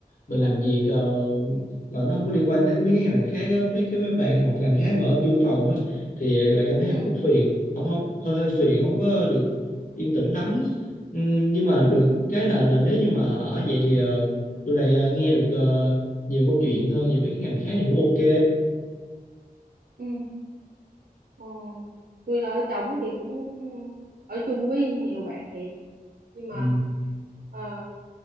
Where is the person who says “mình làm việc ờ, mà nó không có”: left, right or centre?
Left